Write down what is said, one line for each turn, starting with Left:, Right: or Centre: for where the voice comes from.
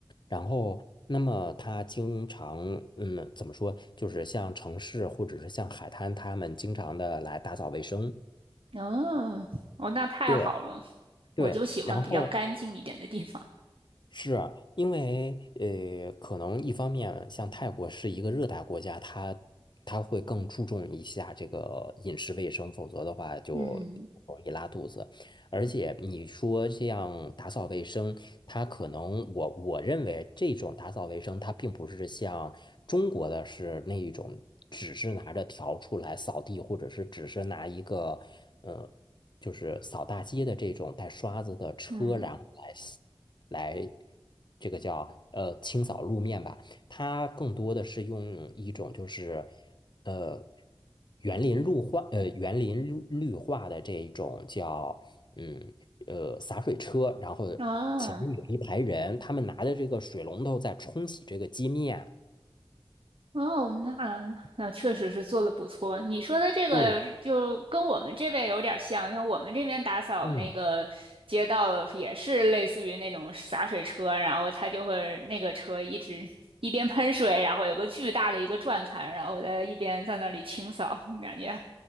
Left: 然后，那么他经常，嗯，怎么说，就是像城市或者是像海滩，他们经常的来打扫卫生。
Right: 哦哦，那太好了，
Left: 对对，
Right: 我就喜欢比较干净一点的地方，
Left: 然后是啊因为呃，可能一方面像泰国是一个热带国家，它它会更注重一下这个饮食卫生，否则的话就
Right: 嗯
Left: 容易拉肚子。而且你说这样打扫卫生，它可能我我认为这种打扫卫生，它并不是像中国的是那一种，只是拿着笤帚来扫地，或者是只是拿一个呃，就是扫大街的这种带刷子的车，
Right: 嗯
Left: 然后来。来这个叫呃清扫路面吧。它更多的是用一种就是呃园林绿化呃园林绿绿化的这一种叫嗯呃洒水车，然后
Right: 啊。
Left: 前面有一排人，
Right: 哦
Left: 他们拿着这个水龙头在冲洗这个街面。
Right: 哦，那那确实是做的不错。你说的这个就跟我们这边有点像，
Left: 对，
Right: 像我们这边打扫那个街道也是类似于那种洒水车，
Left: 嗯。
Right: 然后它就会那个车一直一边喷水，然后有个巨大的一个转盘，然后在一边在那里清扫，<laughs> 感觉